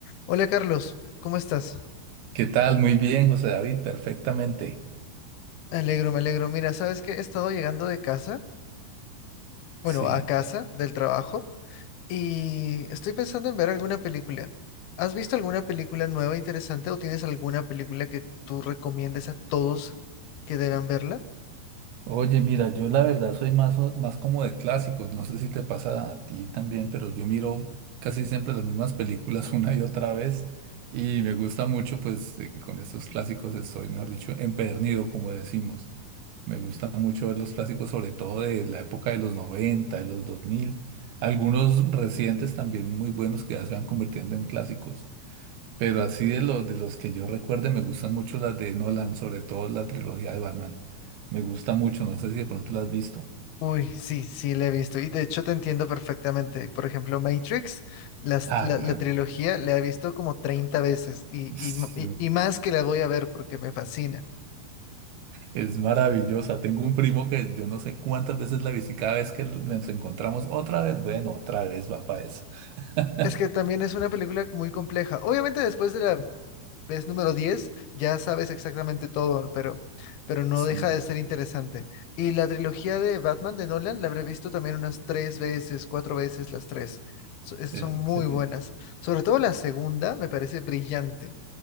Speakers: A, on the left; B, on the right.
A: Hola Carlos, ¿cómo estás?
B: ¿Qué tal? Muy bien, José David, perfectamente.
A: Me alegro, me alegro. Mira, ¿sabes qué? He estado llegando de casa, bueno,
B: Sí.
A: a casa del trabajo, y estoy pensando en ver alguna película. ¿Has visto alguna película nueva interesante o tienes alguna película que tú recomiendes a todos que deban verla?
B: Oye, mira, yo la verdad soy más, o- más como de clásicos. No sé si te pasa a ti también, pero yo miro casi siempre las mismas películas <laughs> una y otra vez y me gusta mucho, pues eh, con estos clásicos estoy, mejor dicho, empedernido, como decimos. Me gusta mucho ver los clásicos, sobre todo de la época de los 90, de los 2000, Algunos recientes también muy buenos que ya se van convirtiendo en clásicos. Pero así de los de los que yo recuerde, me gustan mucho las de Nolan, sobre todo la trilogía de Batman. Me gusta mucho, no sé si de pronto la has visto.
A: Uy, sí, sí, la he visto. Y de hecho te entiendo perfectamente. Por ejemplo, Matrix, las-
B: Ah,
A: la,
B: man,
A: la trilogía, la he visto como 30 veces y,
B: es,
A: y y- y más que la voy a ver porque me fascina.
B: es maravillosa. Tengo un primo que yo no sé cuántas veces la vi, si cada vez que nos encontramos, otra vez, bueno, otra vez va para eso. <laughs>
A: Es que también es una película muy compleja. Obviamente después de la vez número 10 ya sabes exactamente todo, pero, pero no
B: Sí,
A: deja de ser interesante. Y la trilogía de Batman de Nolan la habré visto también unas tres veces, cuatro veces, las tres. So- es-
B: es
A: Son muy
B: excelente.
A: buenas. Sobre todo la segunda me parece brillante.